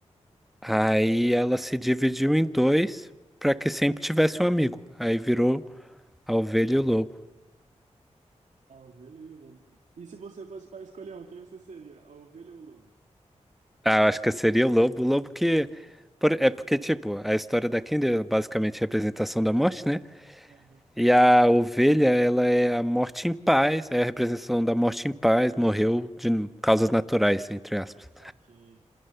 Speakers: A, in the centre; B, on the right (about 80°).
A: Aí ela se dividiu em dois para que sempre tivesse um amigo. Aí virou a ovelha e o lobo.
B: A ovelha e o lobo. E se você fosse para escolher um, quem você seria? A ovelha ou o lobo?
A: Ah, eu acho que seria o lobo. O lobo que. por- é porque, tipo, a história da Kindred é basicamente a representação da morte, né?
B: Uhum.
A: E a ovelha, ela é a morte em paz, é a representação da morte em paz, morreu de causas naturais, entre aspas.
B: Saquei.